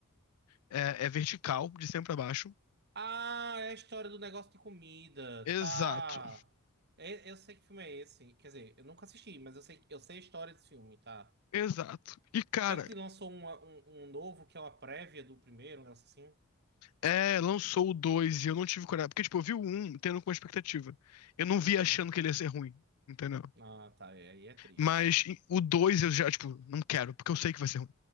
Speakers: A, on the left; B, on the right.
A: É, é vertical, de cima pra baixo.
B: Ah, é a história do negócio de comida.
A: Exato,
B: Tá. É- eu sei que filme é esse. Quer dizer, eu nunca assisti, mas eu sei, eu sei a história desse filme, tá?
A: exato. E, cara,
B: Pior que te lançou uma- um, um novo que é uma prévia do primeiro, um negócio assim.
A: é, lançou o dois e eu não tive coragem. Porque, tipo, eu vi o um, tendo com expectativa. Eu não vi
B: Uhum.
A: achando que ele ia ser ruim, entendeu?
B: Ah, tá. É, aí é triste.
A: Mas e, o 2 eu já, tipo, não quero, porque eu sei que vai ser ruim.